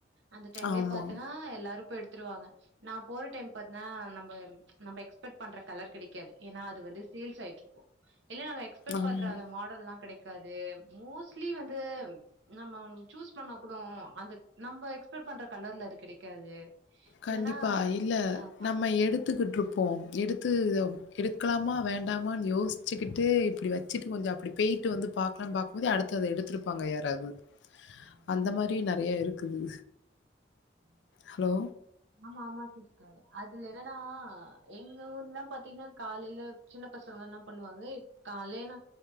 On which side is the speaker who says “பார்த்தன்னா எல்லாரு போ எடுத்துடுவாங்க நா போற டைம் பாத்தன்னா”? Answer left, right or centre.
Right